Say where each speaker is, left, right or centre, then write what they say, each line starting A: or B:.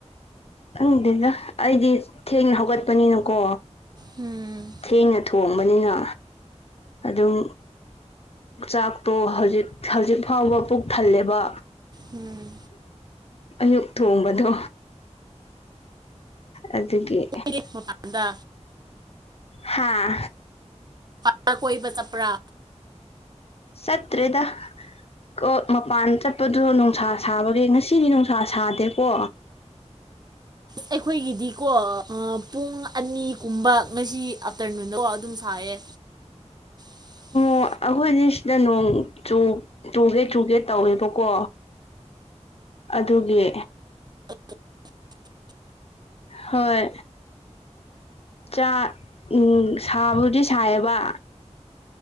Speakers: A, on the left; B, on the right.
A: ꯪꯗꯗ ꯑꯩꯗꯤ ꯊꯦꯡꯅ ꯍꯧꯒꯠꯄꯅꯤꯅꯀꯣ
B: ꯎꯝ
A: ꯊꯦꯡꯅ ꯊꯣꯡꯕꯅꯤꯅ ꯑꯗꯨꯝ ꯆꯥꯛꯇꯣ ꯍꯧꯖꯤꯛ ꯍꯧꯖꯤꯛ ꯐꯥꯎꯕ ꯄꯨꯛ ꯊꯜꯂꯦꯕ
B: ꯎꯝ
A: ꯑꯌꯨꯛ ꯊꯣꯡꯕꯗꯣ ꯑꯗꯨꯒꯤ
B: ꯑꯩꯏꯔ ꯃꯄꯥꯟꯗ
A: ꯍꯥꯥ
B: ꯃꯥ ꯀꯣꯏꯕ ꯆꯞꯄꯔꯥ
A: ꯁꯠꯇ꯭ꯔꯦꯗ ꯑꯣ ꯃꯄꯥꯟ ꯆꯠꯄꯗꯨ ꯅꯨꯡꯁꯥ ꯁꯥꯕꯒꯦ ꯉꯁꯤꯗꯤ ꯅꯨꯡꯁꯥ ꯁꯥꯗꯦꯀꯣ
B: ꯑ ꯑꯩꯈꯣꯏꯒꯤꯗꯤꯀꯣ ꯄꯨꯡ ꯑꯅꯤꯒꯨꯝꯕ ꯉꯁꯤ ꯑꯥꯞꯇꯔꯅꯨꯟꯗ ꯑꯗꯨꯝ ꯁꯥꯏꯌꯦ <unintelligible>
A: ꯑꯣ ꯑꯩꯈꯣꯏꯅꯤ ꯁꯤꯗ ꯅꯣꯡ ꯆꯨꯒꯦ ꯆꯨꯒꯦ ꯇꯧꯋꯦꯕꯀꯣ ꯑꯗꯨꯒꯤ
B: <unintelligible>
A: ꯍꯣꯏ ꯆꯥꯛ ꯎꯝ ꯁꯥꯕꯨꯗꯤ ꯁꯥꯏꯌꯦꯕ